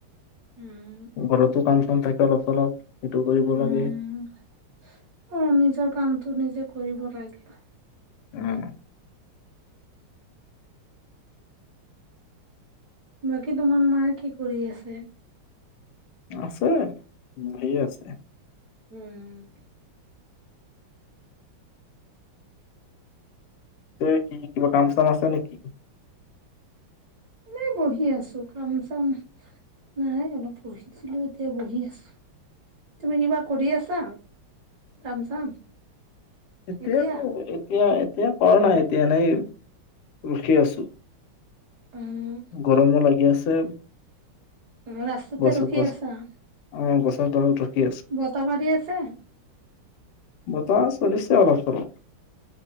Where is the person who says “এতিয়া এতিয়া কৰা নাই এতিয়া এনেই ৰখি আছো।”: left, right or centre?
Left